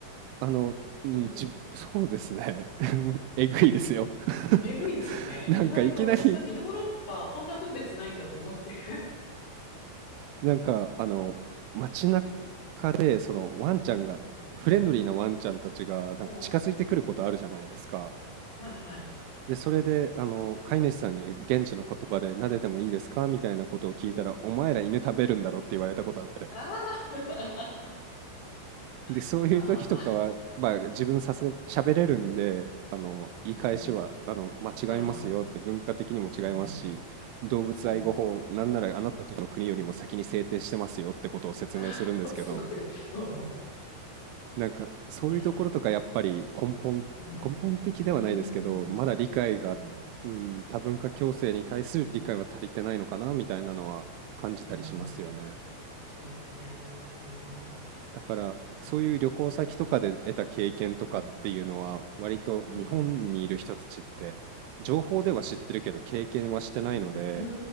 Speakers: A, on the right (about 80°); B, on the left (about 65°).
A: あの、うん、
B: <laughs> おー
A: じ、そうですね。<laughs> えぐいですよ。
B: うん、
A: <laughs>
B: えぐいですよね。
A: なんかいきなり
B: 意外と私、なんかヨーロッパこんな分別ないんだと思って。
A: なんか、あの、街中で、その、ワンちゃんが、
B: <laughs> うん。
A: フレンドリーなワンちゃんたちが、
B: そ
A: なんか近づいてくることあるじゃないですか。
B: う。はいはい。
A: で、それで、あの、飼い主さんに現地の言葉で、撫でてもいいですかみたいなことを聞いたら、
B: うん。
A: お前ら犬食べるんだろって言われたことあって。
B: ああ。
A: で、
B: <laughs>
A: そういう時とかは、
B: ああ。
A: まあ、自分さすがに喋れるんで、あの、言い返しは、
B: う
A: あの、まあ、
B: ん。ああ。
A: 違いますよって、文化的にも違いますし、
B: うん。
A: 動物愛護法、
B: うん。
A: なんならあなたたちの国よりも先に制定してますよってことを説明するんですけど、
B: ああ、すごい。そ
A: なんかそういうところとかやっぱり根本、
B: う。いや。うん。
A: 根本的ではないですけど、
B: うん。
A: まだ理解が、
B: うん。
A: うん、多文化共生に対する理解は足りてないのかなみたいなのは感じたりしますよね。
B: うん。そうですね。うん。
A: だからそういう旅行先とかで得た経験とかっていうのは割と日本にいる人たちって情報では知ってるけど経験はしてないので、
B: うん、うん、うん、う